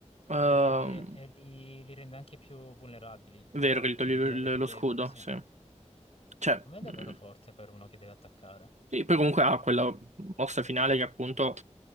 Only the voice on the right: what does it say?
Ehm,
è vero che gli
toglie
il-
lo
scudo,
sì.
Cioè,
mm,
sì, poi comunque ha quella mossa finale che appunto...